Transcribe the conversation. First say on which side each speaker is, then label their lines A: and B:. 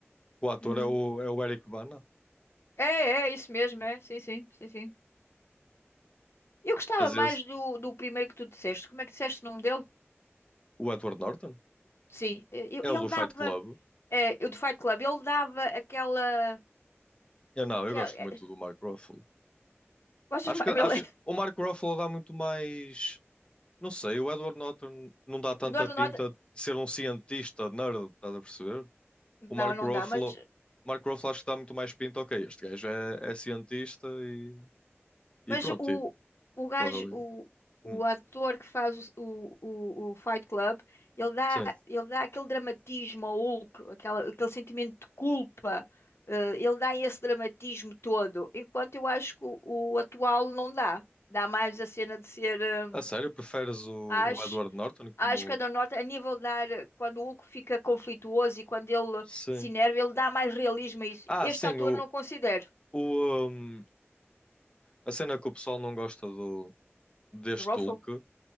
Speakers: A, on the left; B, on the left.
A: O ator
B: Uhum.
A: é o, é o Eric Bana,
B: É, é, isso mesmo, é. Sim, sim, sim, sim. Eu gostava
A: mas
B: mais
A: esse,
B: do, do primeiro que tu disseste. Como é que disseste o nome dele?
A: o Edward Norton,
B: Sim, eh, eu,
A: é
B: ele
A: o do
B: dava.
A: Fight Club.
B: eh, eu do Fight Club, ele dava aquela.
A: Eu não,
B: aquela
A: eu gosto
B: eh,
A: muito do Mark Ruffalo.
B: Gostas
A: Acho
B: mais?
A: que acho,
B: <laughs>
A: o Mark Ruffalo dá muito mais. Não sei, o Edward Norton não dá tanta
B: Norte
A: pinta
B: do Norte.
A: de ser um cientista nerd, estás a perceber? O Mark
B: Não, não
A: Ruffalo,
B: dá, mas,
A: Mark Ruffalo acho que dá muito mais pinta. Ok, este gajo é, é cientista e,
B: mas
A: e pronto,
B: o,
A: e
B: o gajo,
A: corre ali.
B: o, o
A: Hum,
B: ator que faz o, o, o Fight Club, ele dá,
A: sim.
B: ele dá aquele dramatismo ao Hulk, aquela, aquele sentimento de culpa, eh, ele dá esse dramatismo todo, enquanto eu acho que o, o atual não dá. Dá mais a cena de ser, eh,
A: A sério, preferes o,
B: acho,
A: o Edward Norton
B: acho
A: como.
B: que a da Norte, a nível de dar, quando o Hulk fica conflituoso e quando ele
A: Sim.
B: se enerva, ele dá mais realismo a isso.
A: Ah,
B: Este
A: sim,
B: ator
A: o,
B: não considero.
A: o, hum, a cena que o pessoal não gosta do, deste
B: Do Ruffalo?
A: Hulk